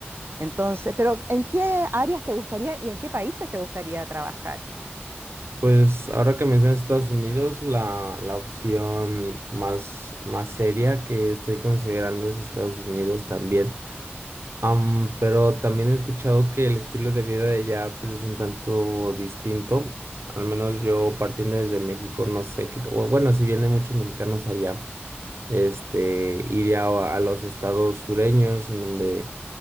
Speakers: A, on the right; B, on the right.
A: Entonces, pero ¿en qué áreas te gustaría y en qué países te gustaría trabajar?
B: Pues ahora que mencionas Estados Unidos, la, la opción más, más seria que estoy considerando es Estados Unidos también. Am, pero también he escuchado que el estilo de vida de allá pues, es un tanto distinto. Al menos yo partiendo desde México, no sé qué, o bueno, si vienen muchos mexicanos allá. Este, iría a a los estados sureños, en donde